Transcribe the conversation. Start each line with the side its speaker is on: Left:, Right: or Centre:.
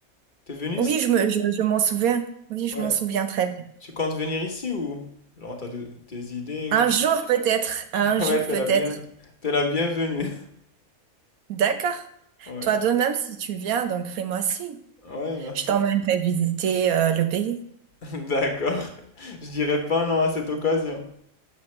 Left: T'es venu
Right: Oui,
Left: ici?
Right: je me, je, je m'en souviens. Oui, je
Left: Ouais.
Right: m'en souviens très bien.
Left: Tu comptes venir ici ou? Genre, t'as de- tes idées.
Right: Un jour peut-être. Un
Left: <laughs> Ouais,
Right: jour peut-être.
Left: t'es la bien, t'es la bienvenue. <laughs>
Right: D'accord.
Left: Ouais.
Right: Toi de même, si tu viens, donc fais-moi signe.
Left: Ouais, merci.
Right: Je t'emmènerai visiter euh, le pays.
Left: <laughs> D'accord. Je dirais pas non à cette occasion.